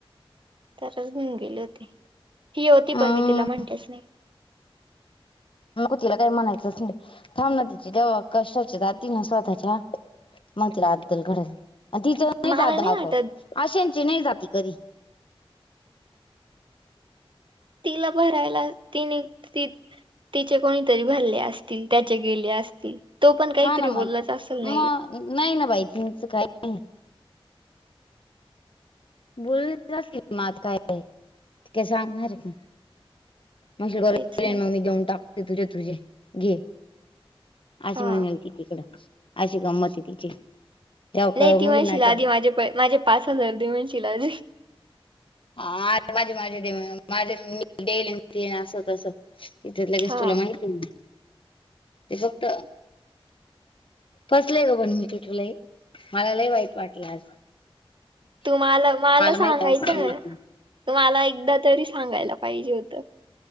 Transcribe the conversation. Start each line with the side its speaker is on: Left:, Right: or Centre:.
Right: तरचेऊन गेले होते ही होती
Left: अं
Right: पण मी तिला म्हणतेच नाही
Left: मग तिला काही म्हणायचंच नाही थांब ना तिचे तेव्हा कष्टाचे जातील ना स्वतः च्या मग तिला अद्दल घडल तिचं नाही
Right: मला
Left: जात अगं
Right: वाटत
Left: आशेंची नाही जाती कधी
Right: तिला भरायला तिने त तिचे कोणीतरी भरले असतील त्याचे गेले असतील तो पण काहीतरी
Left: हा ना मग
Right: बोललाच असेल
Left: मग
Right: नाहीला
Left: नाही ना बाईथिच काही नाही बोल असतील मग आता काय काय सांगणारे का मश मग
Right: तेच ना
Left: मी घेऊन टाकते तुझ्या तुझे घे अशी
Right: हा
Left: महिनल ती तिकडं अशी गंमत आहे तिची जव्हा
Right: नाही
Left: का
Right: ती
Left: मिईल
Right: म्हणशील
Left: ना
Right: आधी
Left: ते
Right: माझे पै माझे पाच हजार दे म्हणशीलजी
Left: हा अरे माझी माझी माझ डेली अस तस तिच्यात लगेच
Right: हा
Left: तुला माहिती ते फक्त फसलेय ग पण मी तुठुलाही मला लही वाईट वाटलं आ
Right: तुम्हाला मला सांगायचं
Left: माहित असताना
Right: ना तुम्हाला एकदा तरी सांगायला पाहिजे होतं.